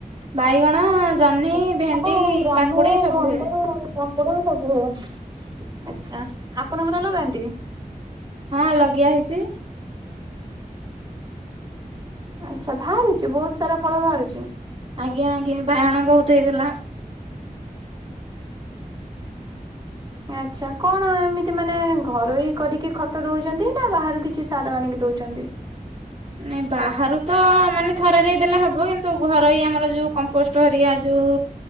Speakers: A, on the right; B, on the right.
A: ବାଇଗଣ ଜହ୍ନି
B: <unintelligible>
A: ଭେଣ୍ଡି
B: ଜହ୍ନି,
A: କାକୁଡି ସବୁ ହୁଏ
B: ଭେଣ୍ଡି <unintelligible> ଆଛା ଆପଣଙ୍କର ଲଗାନ୍ତି।
A: ହଁ ଲଗିଆ ହେଇଛି।
B: ଆଚ୍ଛା ବାହାରୁଛି ବୋହୁତ ସାରା ଫଳ ବାହାରୁଛି।
A: ଆଜ୍ଞା ଆଜ୍ଞା ବାଇଗଣ ବୋହୁତ ହେଇଥିଲା।
B: ଆଚ୍ଛା କଣ ଏମିତି ମାନେ ଘରୋଇ କରିକି ଖତ ଦଉଛନ୍ତି ନା ବାହାରୁ କିଛି ସାର ଆଣିକି ଦଉଛନ୍ତି।
A: ନାଇଁ ବାହାରୁ ତ ମାନେ ଥରେ ଦେଇଦେଲେ ହବ କିନ୍ତୁ ଘରୋଇ ଆମର ଯୋଉ କମ୍ପୋଷ୍ଟ ଟ ହେରିକା ଯୋଉ